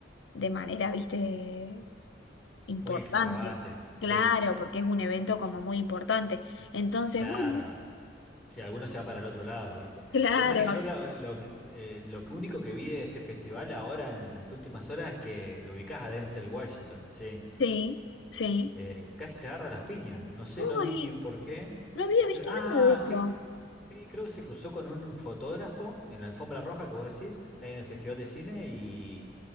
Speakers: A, on the left (about 75°); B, in the centre.
A: de manera, viste, importante.
B: muy extravagante.
A: Claro,
B: Sí,
A: porque es un evento como muy importante. Entonces,
B: claro.
A: bueno,
B: Si alguno se va para el otro lado, ¿viste?
A: claro,
B: Cosa que yo lo, lo que eh, lo que único que vi de este festival ahora en las últimas horas es que lo ubicás a Denzel Washington, sí.
A: sí, sí.
B: Eh, casi se agarra las piñas, no sé,
A: Uy,
B: no vi bien por qué.
A: No había visto
B: Cre- ah,
A: nada de eso.
B: que Sí, creo que se cruzó con un fotógrafo en la alfombra roja que vos decís, ahí en el Festival de Cine, y